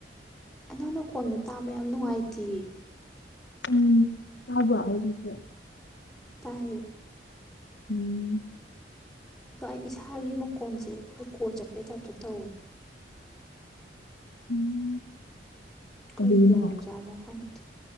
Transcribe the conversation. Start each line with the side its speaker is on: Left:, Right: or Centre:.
Centre: ꯅꯪ ꯅꯀꯣꯟꯗꯣ ꯇꯥꯕ ꯌꯥꯝ ꯅꯨꯡꯉꯥꯏꯇꯦꯌꯦ
Left: ꯎꯝ ꯊꯕ ꯍꯧꯖꯤꯛꯇ
Centre: ꯇꯥꯏꯌꯦ
Left: ꯎꯝ
Centre: ꯑꯗꯣ ꯑꯩ ꯏꯁꯥꯒꯤ ꯃꯀꯣꯟꯁꯦ ꯑꯩꯈꯣꯏ ꯀꯣ ꯆꯠꯄꯩ ꯇꯥꯏꯞꯇ ꯇꯧꯋꯦ
Left: ꯎꯝ ꯀꯔꯤꯒꯤꯅꯣ
Centre: ꯀꯩꯒꯤ ꯑꯣꯏꯔꯖꯥꯅꯣ ꯈꯪꯗ